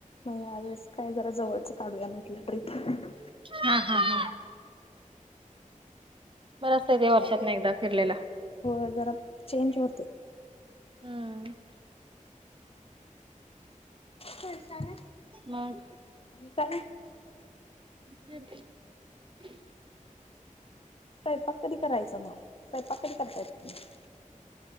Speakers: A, on the left; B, on the right.
A: मग या वेळेस काय जरा जवळचं काढूया म्हटलं टप
B: हम् हम् हम्. बरंचत येते वर्षात ना एकदा फिरलेला.
A: होय जरा चेंज होते.
B: हम्म
A: कोलसा ना
B: मग
A: आणि का.
B: जे <unintelligible>
A: स्वयंपाक कधी करायचं मग. पकड करतायेत.